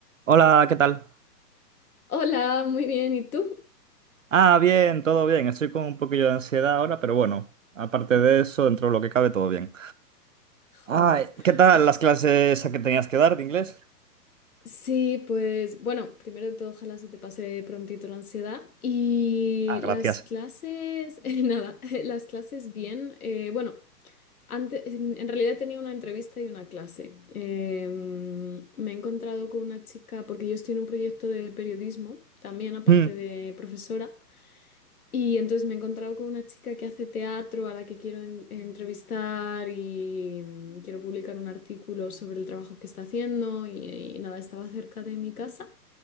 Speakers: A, on the right; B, on the left.
A: Hola, ¿qué tal?
B: Hola, muy bien. ¿Y tú?
A: Ah, bien, todo bien. Estoy con un poquillo de ansiedad ahora, pero bueno, aparte de eso, dentro de lo que cabe, todo bien. Ah,
B: Ojo.
A: ¿qué tal
B: Ojo.
A: las clases a que tenías que dar de inglés?
B: Sí, pues bueno, primero de todo, ojalá se te pase prontito la ansiedad. Y
A: Ah, gracias.
B: las clases, <laughs> eh, nada, <laughs> las clases bien. eh, bueno, antes, en en realidad tenía una entrevista y una clase. Em, me he encontrado con una chica, porque yo estoy en un proyecto de periodismo, también aparte
A: Mm,
B: de profesora. Y entonces me he encontrado con una chica que hace teatro a la que quiero en- entrevistar y mm, quiero publicar un artículo sobre el trabajo que está haciendo y, y nada, estaba cerca de mi casa.